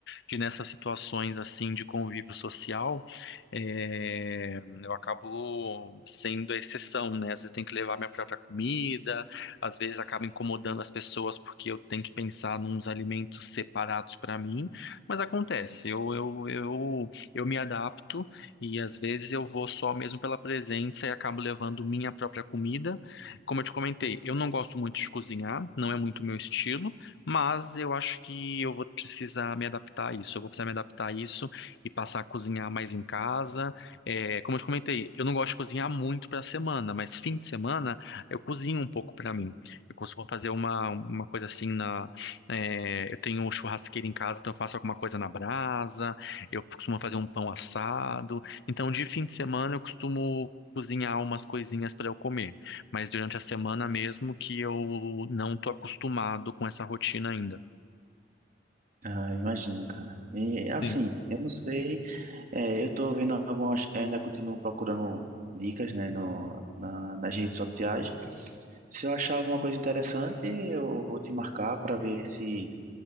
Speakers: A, on the left; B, on the right.
A: que nessas situações, assim, de convívio social, é, eu acabo sendo a exceção, né? Às vezes eu tenho que levar minha própria comida, às vezes acaba incomodando as pessoas porque eu tenho que pensar nos alimentos separados para mim, mas acontece, eu, eu, eu, eu me adapto e às vezes eu vou só mesmo pela presença e acabo levando minha própria comida. Como eu te comentei, eu não gosto muito de cozinhar, não é muito meu estilo, mas eu acho que eu vou precisar me adaptar a isso, eu vou precisar me adaptar a isso e passar a cozinhar mais em casa. É, como eu te comentei, eu não gosto de cozinhar muito para a semana, mas fim de semana eu cozinho um pouco pra mim. Eu costumo fazer uma, uma coisa assim na. é, eu tenho churrasqueira em casa, então eu faço alguma coisa na brasa. Eu costumo fazer um pão assado. Então, de fim de semana, eu costumo cozinhar umas coisinhas para eu comer. Mas durante a semana mesmo que eu não tô acostumado com essa rotina ainda.
B: Ah, imagino, cara. E assim,
A: Sim.
B: eu não sei, é, eu tô vendo algumas, ainda continuo procurando dicas, né, no, na, nas redes sociais. Se eu achar alguma coisa interessante, eu vou te marcar pra ver se